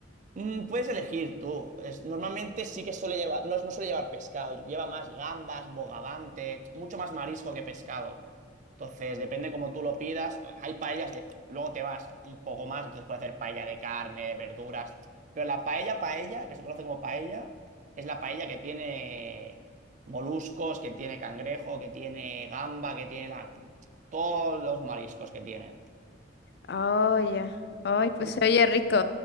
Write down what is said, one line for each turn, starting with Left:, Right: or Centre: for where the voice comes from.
Right: Mm, puedes elegir tú. Es- normalmente sí que suele llevar, no, no suele llevar pescado, lleva más gambas, bogavante, mucho más marisco que pescado. Entonces, depende como tú lo pidas. Hay paellas de, luego te vas un poco más, entonces puedes hacer paella de carne, de verduras. Pero la paella, paella, que se conoce como paella, es la paella que tiene moluscos, que tiene cangrejo, que tiene gamba, que tiene la- todos los mariscos que tiene.
Left: Oh, ya. Ay, pues
Right: ¿Sí?
Left: se oye rico.